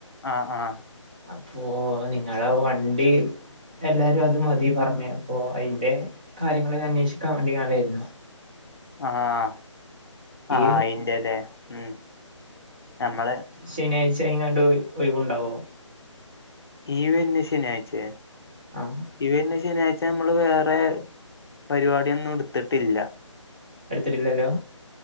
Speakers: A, on the left; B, on the right.
A: ആഹ് ആഹ്
B: അപ്പോ നിങ്ങള വണ്ടി എല്ലാരും അത് മതി പറഞ്ഞേ അപ്പോ അയ്ന്റെ കാര്യങ്ങൾ അന്വേഷിക്കാൻ വേണ്ടിയാരുന്നു
A: ആഹ്
B: ഈ
A: ആഹ് അയിന്റല്ലേ ഉം ഞമ്മള്
B: ശനിയാഴ്ചെങ്ങാണ്ടൊര് ഒയിവുണ്ടാവോ
A: ഈവെര്ന്ന ശനിയാഴ്ചെ
B: ആഹ്
A: ഇവന്നെ ശനിയാഴ്ച നമ്മള് വേറെ പരിപാടിയൊന്നും എടുത്തിട്ടില്ല
B: എടുത്തിട്ടില്ലല്ലോ